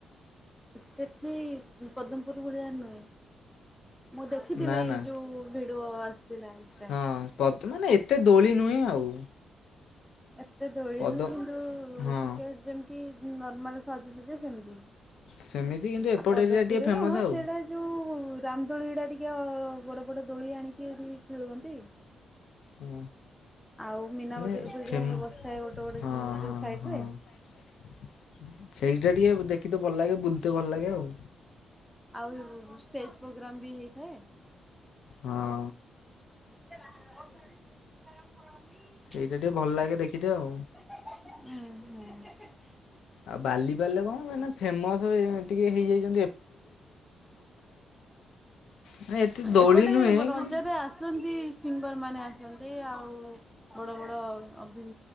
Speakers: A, in the centre; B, on the left.
A: ସେଇଠି ପଦମପୁର ଭଳିଆ ନୁହେଁ। ମୁଁ ଦେଖିଥିଲି
B: ନା
A: ଇଏ
B: ନା
A: ଯୋଉ ଭିଡିଓ ଆସିଥିଲା ଇନଷ୍ଟା
B: ହଁ ପଦ ମାନେ ଏତେ ଦୋଳି ନୁହେଁ ଆଉ।
A: ଏତେ ଦୋଳି
B: ପଦ
A: ନୁହେଁ କିନ୍ତୁ
B: ହଁ।
A: ଟିକେ ଯେମିତି ନର୍ମାଲ ସାଜସଜା ସେମତି
B: ସେମିତି କିନ୍ତୁ ଏପଟ
A: ଆଉ ପଦମପୁରରେ
B: ଏରିଆ ଟିକେ ଫେମସ୍
A: କଣ
B: ଆଉ
A: ସେଇଟା ଯଉଁ ରାମଦୋଳିଗୁଡା ଟିକେ ବଡ଼ ବଡ଼ ଦୋଳି ଆଣିକି ଏଠି ଖେଳୁଛନ୍ତି।
B: ହଁ
A: ଆଉ ମୀନା
B: ମାନେ
A: ବଜାର ପୂଜା
B: ଫେମ
A: ବସିଥାଏ ଗୋଟେ ଗୋଟେ
B: ହଁ
A: ଯୋଉ
B: ହଁ
A: ସାଇଡରେ।
B: ହଁ। ସେଇଟା ଟିକେ ଦେଖିତେ ଭଲ ଲାଗେ ବୁଲିତେ ଭଲ ଲାଗେ ଆଉ।
A: ଆଉ ଷ୍ଟେଜ ପ୍ରୋଗ୍ରାମ ବି ହେଇଥାଏ।
B: ହଁ।
A: <unintelligible>
B: ସେଇଟା ଟିକେ ଭଲ ଲାଗେ ଦେଖିତେ ଆଉ।
A: ହୁଁ ହ <unintelligible>
B: ଆଉ ବାଲିପାରିଲେ କଣ ହବ ମାନେ ଫେମସ ଟିକେ ହେଇଯାଇ ମାନେ ଏତେ ଦୋଳି
A: ଏପଟେ
B: ନୁହେଁ
A: ରଜରେ
B: କିନ୍ତୁ
A: ଆସ ଆସନ୍ତି ସିଙ୍ଗର ମାନେ ଆସନ୍ତି ଆଉ ବଡ ବଡ ଅଭି